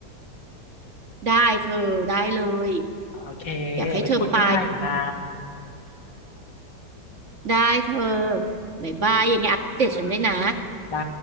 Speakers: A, on the right; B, on the left.
A: ได้เธอได้เลย
B: โอเค
A: อยากให้เธอไป
B: ไว้คุยกันใหม่นะ
A: ได้เธอบ๊ายบายยังไงอัปเดตฉันด้วยนะ
B: ได้ได้